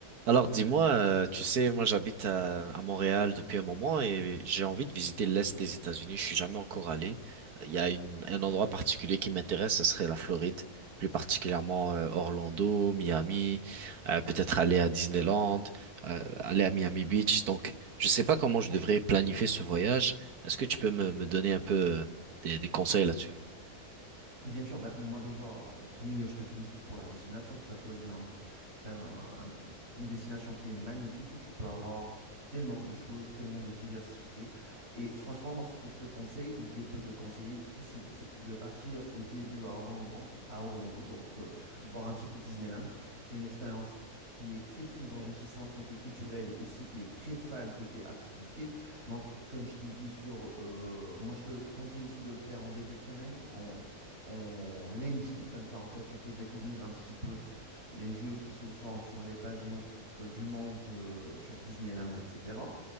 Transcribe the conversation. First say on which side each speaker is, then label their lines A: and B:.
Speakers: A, on the right; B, on the right.
A: Alors dis-moi, euh, tu sais, moi j'habite à, à Montréal depuis un moment et j'ai envie de visiter l'Est des États-Unis. Je suis jamais encore allé. Il y a une- un endroit particulier qui m'intéresse, ce serait la Floride, plus particulièrement euh, Orlando, Miami, euh, peut-être aller à Disneyland, euh, aller à Miami Beach. Donc je sais pas comment je devrais planifier ce voyage. Est-ce que tu peux me, me donner un peu euh, des, des conseils là-dessus?
B: Bien sûr, ben, moi déjà, en en premier lieu, je te félicite pour la destination. Tu as choisi un- enfin, un- un- une destination qui est magnifique où tu peux avoir tellement de choses, tellement de diversité. Et franchement, moi, ce que je te conseille, ou je peux te conseiller, c'est de, c'est de partir au début à Orlando, à Orlando, donc euh, voir un petit peu Disneyland. C'est une expérience qui est très, très enrichissante côté culturel et aussi qui est très fan côté activité. Donc, comme je t'ai dit sur, euh, moi, je te conseille aussi de le faire en début de semaine en lundi, comme ça en fait tu peux découvrir un petit peu les jeux qui se font sur les pavillons euh, du monde euh, sur Disneyland, etc.